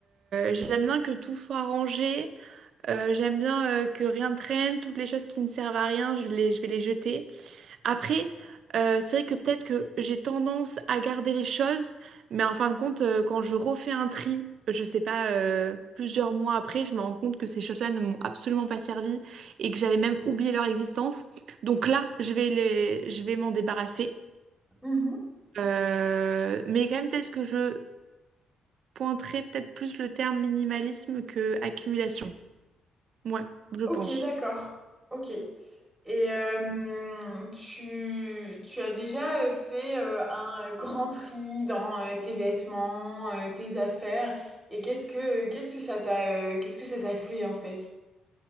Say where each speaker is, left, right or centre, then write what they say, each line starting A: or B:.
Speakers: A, on the right; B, in the centre.
A: j'aime bien que tout soit rangé, Euh, j'aime bien euh, que rien ne traîne, toutes les choses qui ne servent à rien, je les, je vais les jeter. Après, euh, c'est vrai que peut-être que j'ai tendance à garder les choses, mais en fin de compte, euh, quand je refais un tri, je sais pas, euh, plusieurs mois après, je me rends compte que ces choses-là ne m'ont absolument pas servi et que j'avais même oublié leur existence. Donc là, je vais les, je vais m'en débarrasser.
B: Mhm.
A: Euh, mais quand même, peut-être que je pointerai peut-être plus le terme minimalisme que accumulation. Ouais, je
B: Ok,
A: pense.
B: d'accord. Ok. Et euh, tu, tu as déjà euh, fait euh, un grand tri dans euh, tes vêtements, euh, tes affaires, et qu'est-ce que qu'est-ce que ça t'a euh, qu'est-ce que ça t'a fait en fait?